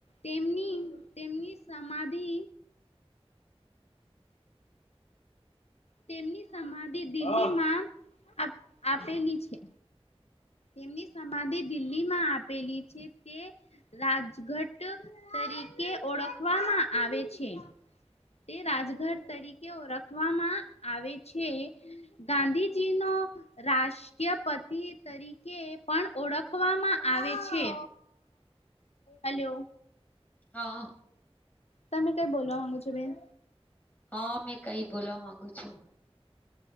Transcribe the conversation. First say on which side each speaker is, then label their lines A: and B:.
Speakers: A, on the left (about 85°); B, on the left (about 15°).
A: તેમની તેમની સમાધિ તેમની સમાધિ દિલ્હીમાં આપેલી છે તેમની સમાધિ દિલ્હીમાં આપેલી છે તે રાજઘટ તરીકે ઓળખવામાં આવે છે. તે રાજઘટ તરીકે ઓળખવામાં આવે છે. ગાંધીજીનો રાષ ષ્ટ્રપતિ તરીકે પણ ઓળખવામાં આવે છે હલો
B: હા
A: તમે કઈ બોલવા માંગો છો બેન
B: હ, મેં કઈ બોલવા માંગુ છું.